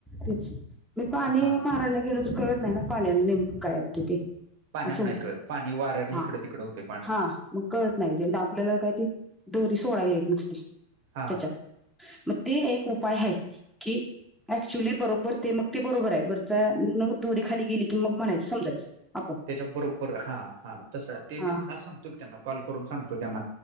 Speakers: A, in the centre; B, on the right.
A: तेच मी पाणी
B: हा
A: मारायला गेलोत कळत नाही ना पाण्यान नेमकं काय होते ते
B: पाण्यान
A: असं
B: नाही
A: होत
B: कळत पाणी वाऱ्याने
A: हा
B: इकडं तिकडं होते पाणी
A: हा मग कळत नाही त्यां आपल्याला काय ते दोरी सोडायला येत नसते
B: हां
A: त्याच्यात मग ते एक उपाय ह कि ऍक्च्युली बरोबर ते मग ते बरोबर आहे वरचाग दुरे खाली गेली की मग म्हणायचं समजायचं आपण
B: त्याच्या बरोबर हा हा तस ते
A: हा
B: मी सांगतो त्यांना कॉल करून सांगतो त्यांना